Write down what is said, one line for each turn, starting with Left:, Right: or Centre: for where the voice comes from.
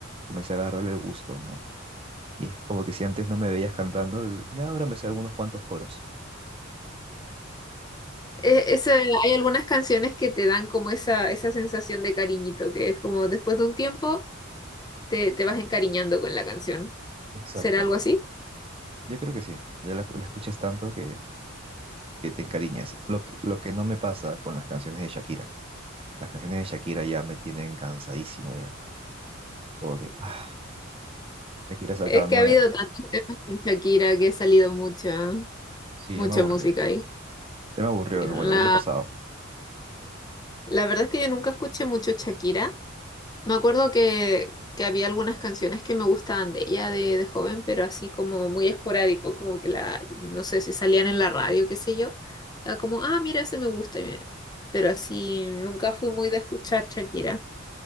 Right: comencé a agarrarle el gusto, ¿no? Y es como que si antes no me veías cantando, ya ahora me sé algunos cuantos coros.
Left: E- ese- hay algunas canciones que te dan como esa, esa sensación de cariñito, que es como después de un tiempo te, te vas encariñando con la canción.
Right: Exacto.
Left: ¿Será algo así?
Right: Yo creo que sí, ya la, la escuchas tanto que, que te encariñas. Lo que, lo que no me pasa con las canciones de Shakira. Las canciones de Shakira ya me tienen cansadísimo ya. Como que, ah, Shakira saca
Left: Es
Right: nuevo.
Left: que ha habido tantos temas con Shakira que ha salido mucha,
Right: Sí,
Left: mucha
Right: ya me aburrió
Left: música
Right: ya.
Left: ahí.
Right: Ya me aburrió,
Left: La,
Right: bueno, el año pasado.
Left: la verdad es que yo nunca escuché mucho Shakira. Me acuerdo que, que había algunas canciones que me gustaban de ella de, de joven, pero así como muy esporádico, como que la, no sé si salían en la radio, qué sé yo. Era como, ah, mira, ese me gusta. y me- Pero así nunca fui muy de escuchar Shakira.